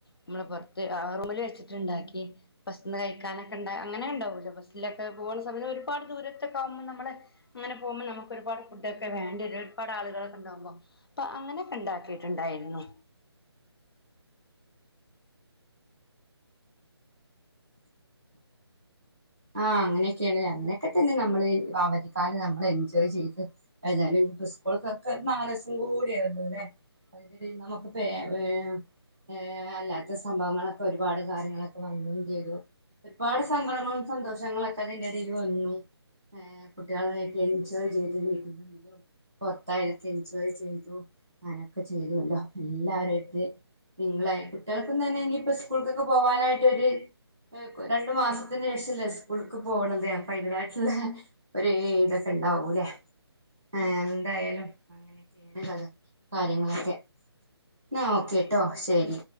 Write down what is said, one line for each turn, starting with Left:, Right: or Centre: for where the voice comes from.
Left: നമ്മള് പൊറത്ത് ആ റൂമില് വെച്ചിട്ടുണ്ടാക്കി ബസിന്ന് കഴിക്കാനൊക്കെ ഇണ്ട അങ്ങനെണ്ടാവൂല്ലോ ബസ്സിലൊക്കെ പോവണ സമയങ്ങള് ഒരുപാട് ദൂരത്തൊക്കെ ആവുമ്പോ നമ്മള് അങ്ങനെ പോവുമ്പോ നമുക്ക് ഒരുപാട് ഫുഡ് ഒക്കെ വേണ്ടിവരും ഒരുപാട് ആളുകളൊക്കെ ഇണ്ടാവുമ്പോ അപ്പൊ അങ്ങനെ ഒക്കെ ഇണ്ടാക്കിയിട്ടിണ്ടായിരുന്നു.
Centre: ആ അങ്ങനെയൊക്കെയാണല്ലേ അങ്ങനെ ത്തന്നെ നമ്മള് വാവതി കാലം നമ്മള് എൻജോയ് ചെയ്ത് അതഴിഞ്ഞാല് ഇനി ഇപ്പൊ സ്കൂള് തൊറക്കാൻ ഒരു നാലിസം കൂടി <unintelligible> <unintelligible> ല്ലേ അതിന്റെടേല് നമക്ക് പേ വേ ഏ അല്ലാത്ത സംഭവങ്ങളൊക്കെ ഒരുപാട് കാര്യങ്ങളൊക്കെ വന്നും ചെയ്തു ഒരുപാട് സങ്കടങ്ങളും സന്തോഷങ്ങളൊക്കെ അതിന്റെ ഇടേല് വന്നു ഏ കുട്ട്യാളൊക്കെ ആയിട്ട് എൻജോയ് ചെയ്തു, വീടിനുള്ളിലും പൊർത്തായാലൊക്കെ എൻജോയ് ചെയ്തു, അങ്ങനൊക്കെ ചെയ്തുവല്ലോ എല്ലാർടേം അടുത്ത് മിങ്കിൽ ആയി കുട്ടികൾക്കുന്നും തന്നെ ഇനി ഇപ്പൊ സ്കൂൾകൊക്കെ പോവാനായിട്ട് ഒര് ഏഹ് രണ്ടു മാസത്തിന് ശേഷ ല്ലേ സ്കൂൾക്ക് പോണത് അപ്പയിന്റതായിട്ട്ള്ളെ ഒരീതൊക്കെ ഇണ്ടാവൂ ലെ ഏ എന്തായാലും അങ്ങനെയൊക്കെയാണ് കഥ, കാര്യങ്ങളൊക്കെ എന്നാ ഓകെ ട്ടോ ശെരി.